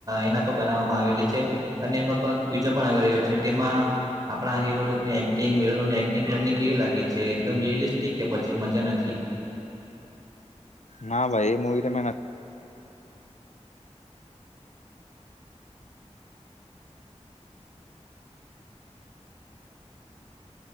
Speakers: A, on the right; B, on the left.
A: એના પર બનાવવામાં આવેલી છે અને એનો ભાગ બીજો પણ આવી રહ્યો છે, તેમાં આપણા હીરો એક્ટિંગની એક્ટિંગ તમને કેવી લાગી છે, એકદમ રિલિસ્ટિક કે પછી મજા નથી.
B: ના ભાઈ એ મૂવી તમેં નથી.